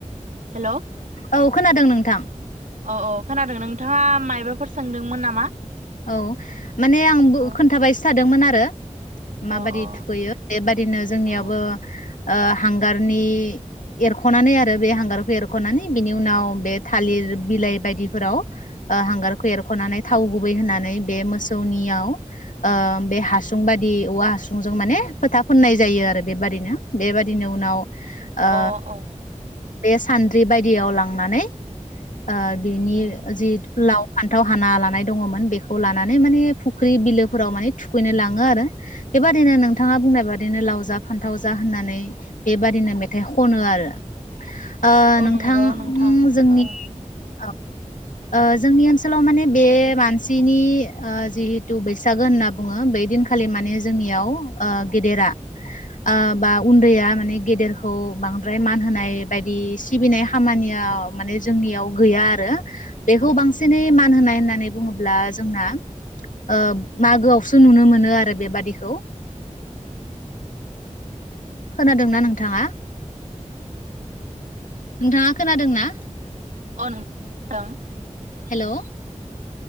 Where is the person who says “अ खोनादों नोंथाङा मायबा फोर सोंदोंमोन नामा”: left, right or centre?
Right